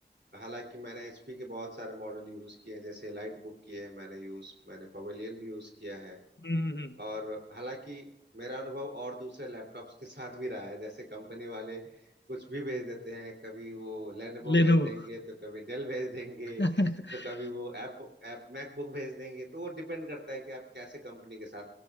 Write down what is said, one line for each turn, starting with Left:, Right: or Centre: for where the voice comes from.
Right: हालांकि मैंने एचपी के बहुत सारे मॉडल यूज किए हैं जैसे लाइट बुक किए हैं मैंने यूज मैंने पवेलियन भी यूज किया है
Left: हम्म
Right: और हालांकि मेरा अनुभव और दूसरे लैपटॉप्स के साथ भी रहा है जैसे कंपनी वाले कुछ भी भेज देते हैं कभी वो लेनोवो
Left: लेनोवो
Right: भेज देंगे तो कभी डेल भेज देंगे
Left: <laughs>
Right: तो कभी वो ऐप ऐप मैकबुक भेज देंगे तो वो डिपेंड करता है कि आप कैसे कंपनी के साथ